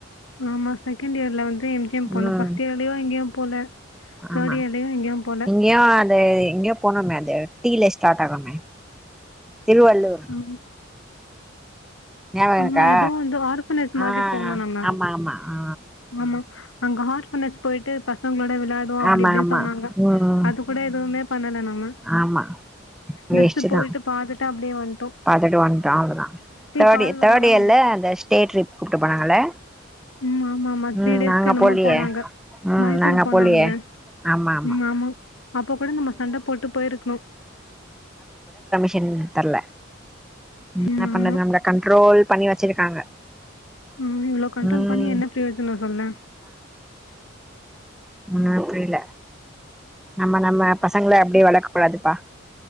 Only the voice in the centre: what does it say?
ம்
ஆமா
இங்கயோ அது இங்கயோ போனுமே அது டீல ஸ்டார்ட் ஆகமே திருவள்ளூர்
ஞாபகம்
இருக்கா
ஆ
ஆமா ஆமா ஆ
ஆமா
ஆமா
ம்
ஆமா வேஸ்ட்டு
தா
பாத்துட்டு வந்துட்டோ அவ்ளோதா அப்பாடி
தேர்ட் இயர்ல
அந்த ஸ்டே ட்ரிப் கூட்டு போனாங்கல்ல
ம்
நாங்க
போலியே
ம்
நாங்க
போலிய ஆமாமா
சன் தர்ல என்ன
பண்றது
நம்மள கண்ட்ரோல் பண்ணி வச்சிருக்காங்க
ம்
ம் புரியல நம்ம நம்ம பசங்கள அப்டே வளக்க கூடாதுப்பா